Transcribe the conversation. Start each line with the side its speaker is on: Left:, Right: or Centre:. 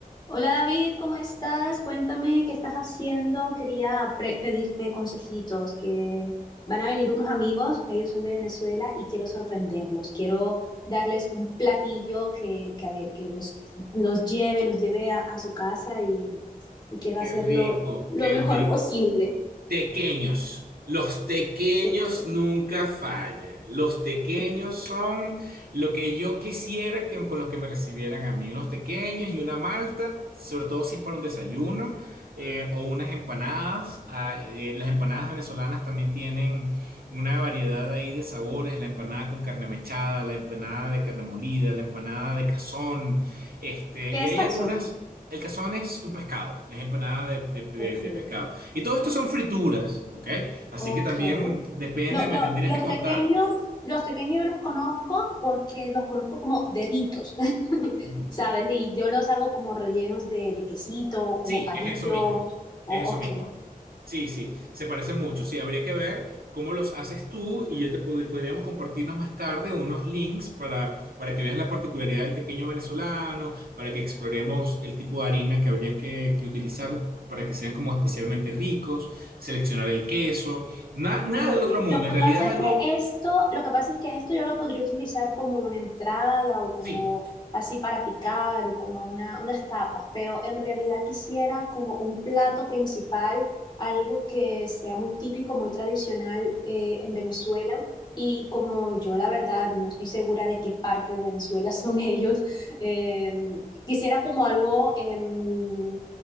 Left: Hola David, ¿cómo estás? Cuéntame qué estás haciendo. Quería pre- pedirte consejitos, que van a venir unos amigos, ellos son de Venezuela y quiero sorprenderlos. Quiero darles un platillo que, que a ver, que los, los lleve, los lleve a, a su casa y, y quiero
Right: Qué
Left: hacerlo
Right: rico,
Left: lo
Right: qué
Left: mejor
Right: rico.
Left: posible.
Right: Tequeños. Los tequeños
Left: ¿De qué?
Right: nunca fallan. Los tequeños
Left: ¿De qué
Right: son lo que yo quisiera que con los que me recibieran a mí. Unos tequeños y una malta, sobre todo si es para un desayuno eh, o unas empanadas. Ah, eh, las empanadas venezolanas también tienen una variedad ahí de sabores. La empanada con carne mechada, la empanada de carne molida, la empanada de cazón. Este,
Left: ¿Qué
Right: y
Left: es
Right: hay
Left: cazón?
Right: algunas. El cazón es un pescado, es empanada de de- de-
Left: Ok,
Right: de pescado. Y todo esto son frituras, ¿ok? Así
Left: ok.
Right: que también depende,
Left: Lo-
Right: me
Left: lo-
Right: tendrías
Left: los
Right: que contar.
Left: pequeños, los pequeños yo los conozco porque los conozco como deditos, <laughs>
Right: Mm.
Left: ¿sabes? Y yo los hago como rellenos de, de quesito o
Right: Sí,
Left: bocadillo
Right: es eso mismo,
Left: o
Right: es
Left: ok.
Right: eso mismo. Sí, sí, se parece mucho. Sí, habría que ver cómo los haces tú y yo te pod- podríamos compartirnos más tarde unos links para, para que veas la particularidad del pequeño venezolano, para que exploremos el tipo de harina que habría que, que utilizar para que sean como especialmente ricos, seleccionar el queso, Na-
Left: Mm,
Right: nada del
Left: Vale.
Right: otro mundo.
Left: Lo que
Right: En realidad
Left: pasa
Right: es
Left: es
Right: algo,
Left: que esto, lo que pasa es que esto yo lo podría utilizar como una entrada o como
Right: sí.
Left: así para picar o como una, unas tapas, pero en realidad quisiera como un plato principal, algo que sea muy típico, muy tradicional eh, en Venezuela. Y como yo la verdad no estoy segura de qué parte de Venezuela son <laughs> ellos, em, quisiera como algo em,